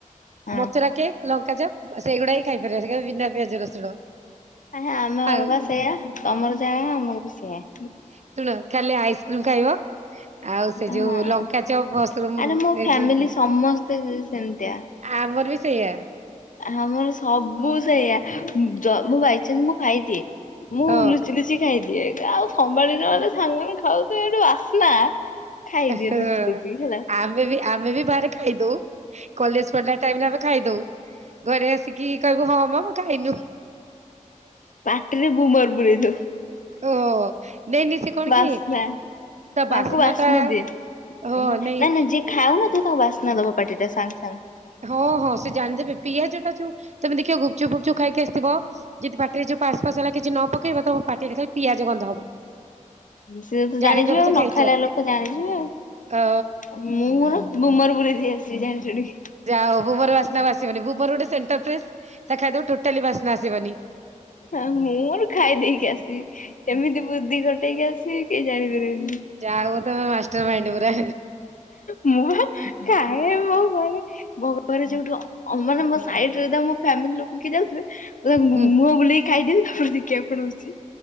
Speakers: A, on the left; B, on the right.
A: ହଁ।
B: ମଥୁରା କେକ୍ ଲଙ୍କାଚପ ସେଇଗୁଡାକ ହିଁ ଖାଇପାରିବ ସେ ଖାଲି ବିନା ପିଆଜ ରସୁଣ।
A: ଆ୍ଞ୍ଜା, ଆମ
B: ଆଉ
A: ଘର ବା ସେଇୟଆ ତମର ଯାହା ଆମର ବି ସେଇୟା।
B: ଶୁଣ ଖାଲି ଆଇସ୍କ୍ରିମ ଖାଇବ ଆଉ ସେ
A: ହଁ।
B: ଯୋଉ ଲଙ୍କା ଚପ ମସରୁମ୍
A: ଆରେ ମୋ ଫ୍ୟାମିଲି
B: ଏ ଯେଉଁ
A: ସମସ୍ତେ ସେମିତିଆ
B: ଆମର ବି ସେଇଆ।
A: ଆମର ସବୁ ସେଇଆ ଦ ମୁଁ ବାଇଚାନ୍ସ ମୁଁ ଖାଇଦିଏ ମୁଁ
B: ହଁ।
A: ଲୁଚି ଲୁଚି କି ଖାଇଦିଏ ଆଉ ସମ୍ଭଳି ନହେଲେ ସାଙ୍ଗମାନେ ଖାଉଥିବେ ତ ଏ ଯୋଉଁ ବାସ୍ନା ଖାଇଦିଏ
B: ହୁଁ,
A: ଲୁଚି ଲୁଚି ହେଲା
B: ଆମେ ବି ଆମେ ବାହାରେ ଖାଇଦଉ। କଲେଜ ପଢିଲା ଟାଇମ୍ ରେ ଆମେ ଖାଇଦଉ ଘରେ ଆସିକି କହିବୁ ହଁ ମ ଖାଇନୁ।
A: ପାଟିରେ ବୁମର ପୁୁରେଇ ଦଉ।
B: ଓ ନାଇଁ ନାଇଁ ସେ କଣ
A: ବାସ୍ନା।
B: କି ତା
A: ତାଙ୍କୁ ବାସ୍ନା
B: ଟା
A: ଦିଏ।
B: ହଁ
A: ନା
B: ନାଇଁ
A: ନା ନା ଜିଏ ଖାଉ ନା ନଥିବୁ ତାଙ୍କୁ ବାସ୍ନା ଦବ ପାଟି ଟା ସାଙ୍ଗ ସାଙ୍ଗେ।
B: ହଁ, ହଁ, ସେ ଜାଣିଦେବେ ପିଆଜ ଟା ଯୋଉ ତମେ ଦେଖିବ ଗୁପଚୁପ ଫୁଫୁଚୁପ ଖାଇକି ଆସିଥିବ ଯଦି ପାଟିରେ ଯେଉ ପାସ୍ ଫାସ ହେଲା କିଛି ନ ପକେଇବା ତମ ପାଟିଟା ଖାଲି ପିଆଜ ଗନ୍ଧ ହବ।
A: ସିଏ ତ ଜାଣିଯିବେ
B: ଜାଣିଦବ
A: ଆଉ
B: ଯେ
A: ନ
B: ଖାଇଛ
A: ଖାଇଲା ଲୋକ ଜାଣିଯିବେ ଆଉ।
B: ଅ
A: ମୁଁ ମୋର ବୁମର ପୁରେଇଦଇକି ଆସିବି ଜାଣିଚ ଚଟୀ।
B: ଯାହା ହଉ ବୁମର ବାସ୍ନା ଆସିବନି ବୁମର ଗୋଟେ ସେଣ୍ଟର ଫ୍ରେସ୍ ତାକୁ ଖାଇଦବ ଜମାରୁ ବାସ୍ନା ଆସିବନି।
A: ହଁ ମୁଁ ମୋର ଖାଇଦେଇକି ଆସିବି ଏମିତି ବୁଦ୍ଧି ଘଟେଇକି ଆସିବି କେହି ଜାଣିପାରିବେନି।
B: ଯାହାହେଉ ତମେ ମାଷ୍ଟର ମାଇଣ୍ଡ ପୁରା।
A: ମୁଁ ଖାଏ ମୋ ଘରେ। ମୋ ଘରେ ଯୋଉଠୁ ମାନେ ମୋ ସାଇଡରେ ମୋ ଫ୍ୟାମିଲି ଲୋକ କିଏ ଯାଉଥିବେ ତ ମୁହଁ
B: ହୁଁ।
A: ବୁଲେଇି ଖାଇଦେବି ତାପରେ ଦେଖିବା କଣ ହଉଛି।